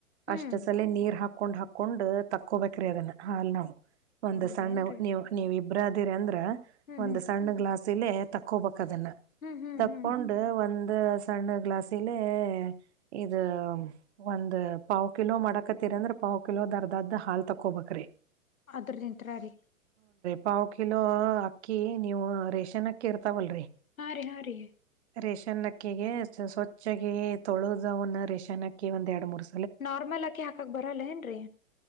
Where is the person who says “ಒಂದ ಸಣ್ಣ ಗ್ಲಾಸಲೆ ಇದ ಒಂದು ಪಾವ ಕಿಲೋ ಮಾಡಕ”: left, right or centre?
Right